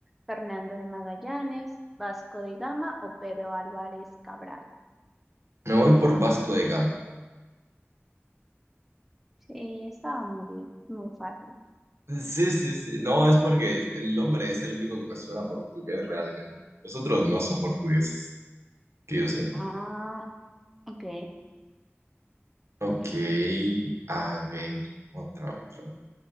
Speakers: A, in the centre; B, on the right (about 75°).
A: Fernando de Magallanes, Vasco de Gama o Pedro Álvarez Cabral?
B: Me voy por Vasco de Gama.
A: Sí, estaba muy, di- muy fácil.
B: Sí, sí, sí. No, es porque el nombre es el único que me suena a portugués realmente. Los otros no son portugueses, que yo sepa.
A: Ah, ok,
B: Ok,
A: ok.
B: a ver, otra, otra.